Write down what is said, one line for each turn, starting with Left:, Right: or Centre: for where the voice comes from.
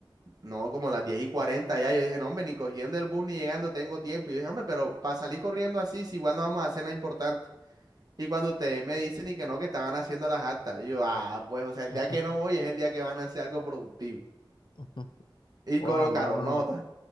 Right: no, como las 10 y 40 ya. Yo dije, no, hombre, ni cogiendo el bus ni llegando tengo tiempo. Y yo dije, hombre, pero para salir corriendo así, si igual no vamos a hacer nada importante. Y cuando ustedes me dicen y que no, que estaban haciendo las actas, y yo, ah, pues, o sea, el
Left: ujú,
Right: día que no voy es el día que van a hacer algo productivo.
Left: ujú.
Right: Y
Left: Guau,
Right: colocaron
Left: mano.
Right: nota.